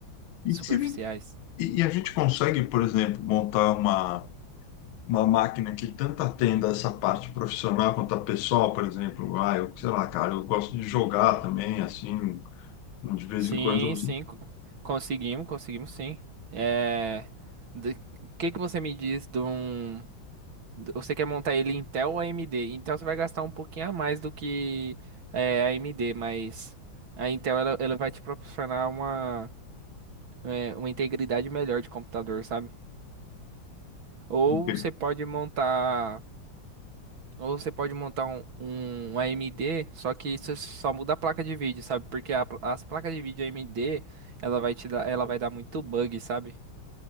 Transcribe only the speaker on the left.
E
se E, e a gente consegue, por exemplo, montar uma, uma máquina que tanto atenda essa parte profissional quanto a pessoal, por exemplo. Ah, eu, sei lá, cara, eu gosto de jogar também, assim, de vez
em quando
eu